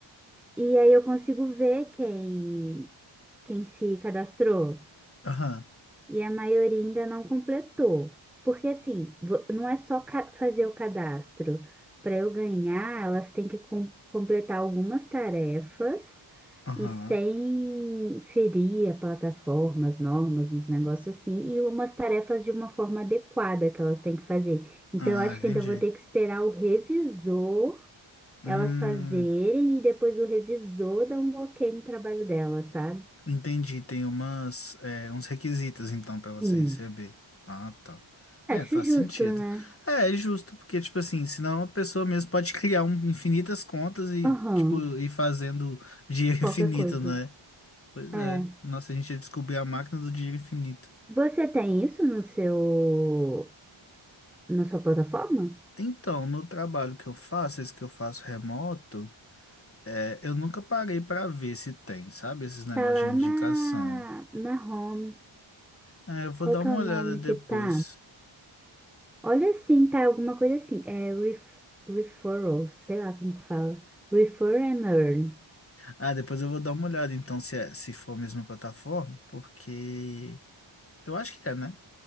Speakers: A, in the centre; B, on the left.
A: E aí eu consigo ver quem. Quem se cadastrou
B: aham,
A: e a maioria ainda não completou. Porque assim, vo- não é só ca- fazer o cadastro. Para eu ganhar, elas têm que com- completar algumas tarefas
B: aham.
A: e sem ferir a plataforma, as normas, uns negócios assim, e umas tarefas de uma forma adequada que elas têm que fazer. Então,
B: Ah,
A: eu acho que
B: entendi.
A: ainda vou ter que esperar o revisor
B: Hum.
A: elas fazerem e depois o revisor dar um ok no trabalho delas, sabe?
B: Entendi, tem umas, é, uns requisitos então pra você
A: Sim.
B: receber. Ah, tá. É,
A: Acho
B: faz
A: justo,
B: sentido.
A: né?
B: É, é justo, porque, tipo assim, senão a pessoa mesmo pode criar um- infinitas contas e,
A: Aham,
B: tipo, ir fazendo dinheiro
A: qualquer
B: <laughs> infinito,
A: coisa.
B: né? Pois
A: É.
B: é. Nossa, a gente ia descobrir a máquina do dinheiro infinito.
A: Você tem isso no seu, na sua plataforma?
B: Então, no trabalho que eu faço, esse que eu faço remoto, é, eu nunca parei pra ver se tem, sabe? Esses negócios
A: Tá lá
B: de indicação.
A: na, na home.
B: É, eu vou
A: Qual
B: dar
A: que
B: uma
A: é o
B: olhada
A: nome
B: depois.
A: que tá? Olha assim, tá alguma coisa assim. É ref, referrals, sei lá como que fala. Refer and earn.
B: Ah, depois eu vou dar uma olhada então se, é- se for a mesma plataforma, porque eu acho que é, né?